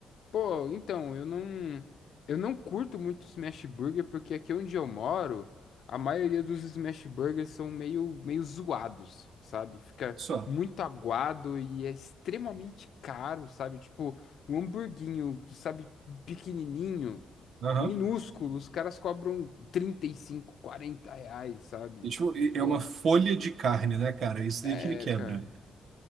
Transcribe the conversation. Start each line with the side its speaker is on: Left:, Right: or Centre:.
Left: Pô, então, eu não, eu não curto muito Smash Burger porque aqui onde eu moro, a maioria dos Smash Burgers são meio, meio zoados, sabe? Fica
Right: Só.
Left: muito aguado e é extremamente caro, sabe? Tipo, um hamburguinho, sabe, pequenininho,
Right: Aham.
Left: minúsculo, os caras cobram 35 40 reais, sabe?
Right: E, tipo,
Left: Tipo,
Right: e- é
Left: pô,
Right: uma folha de carne, né, cara? É Isso
Left: é,
Right: daí que ele quebra,
Left: cara,